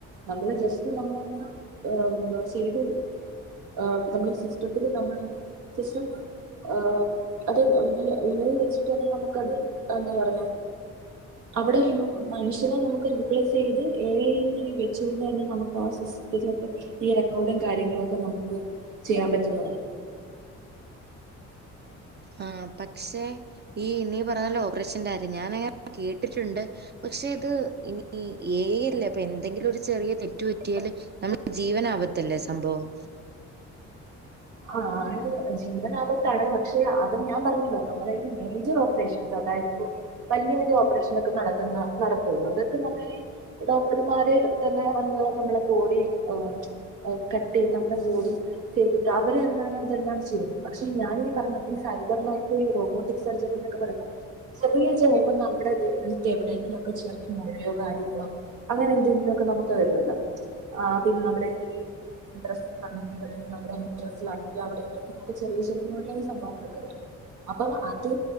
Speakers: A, on the right; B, on the right.
A: നമ്മള് ജസ്റ്റ് നമ്മളൊന്ന് അഹ് എന്തുവാ ശരിക്കൊരു ഏഹ് നമ്മള് സിസ്റ്റത്തില് നമ്മളൊന്ന് ജസ്റ്റൊന്ന് ആഹ് അത് <unintelligible> എ ഐ വെച്ചിട്ട് തന്നെ നമുക്കത് <unintelligible> പറയാ അവിടെ <unintelligible> മനുഷ്യനെ നമുക്ക് റീപ്ലേസ് ചെയ്ത് എ ഐ നെ വെച്ചോണ്ട് തന്നെ നമുക്ക് ആ സിസ്റ്റത്തിലൊക്കെ ഈ റെക്കോർഡും കാര്യങ്ങളൊക്കെ നമുക്ക് ചെയ്യാൻ പറ്റുന്നതാണ്
B: ആഹ് പക്ഷെ ഈ നീ പറഞ്ഞല്ലോ ഓപ്പറേഷന്റെ കാര്യം ഞാനങ്ങനെ കേട്ടിട്ടൊണ്ട് പക്ഷേ ഇത് ഇനി എ ഐ അല്ലെ അപ്പൊ എന്തെങ്കിലും ഒരു ചെറിയ തെറ്റ് പറ്റിയാല് അത് ജീവനാപത്തല്ലെ സംഭവം
A: ആഹ് ആണ് ജീവനാപത്താണ് പക്ഷെ അത് ഞാൻ പറഞ്ഞില്ലെ നമ്മളീ മേജർ ഓപ്പറേഷൻസ് അതായതിപ്പൊ വല്ല്യ വല്ല്യ ഓപ്പറേഷനൊക്കെ നടത്തുന്ന നടത്തൂലോ അതൊക്കെ നമ്മൾ ഈ ഡോക്ടർമാര് തന്നെ വന്ന് നമ്മളെ ബോഡി ആഹ് ഏഹ് കട്ട് ചെയ്യും നമ്മടെ ബോഡി ചെയ്ത ട്ട് അവര് തന്നാണ് ഇതെല്ലാം ചെയ്യുന്നത് പക്ഷെ ഞാൻ ഈ പറഞ്ഞത് ഈ സൈബർ ലൈഫ് ഈ റോബോട്ടിക് സർജറി എന്നൊക്കെ പറഞ്ഞ ചെറിയ ചെറിയ ഇപ്പൊ നമ്മടെ ദേഹത്ത് എവിടെയെങ്കിലും ഒക്കെ ചെറിയ മൊഴയോ കാര്യങ്ങളോ അങ്ങനെ എന്തെങ്കിലുവൊക്കെ നമുക്ക് വരുവല്ലോ ആഹ് പിന്നെ നമ്മടെ ഈ ബ്രസ്റ്റിലാണെങ്കില് നമ്മടെ ബ്രസ്റ്റിലാണെങ്കിൽ അവിടേം ഇവിടെയൊക്കെ നമുക്ക്‌ ചെറിയ ചെറിയ മൊഴേം സംഭവങ്ങളൊക്കെ വരും അപ്പം അത്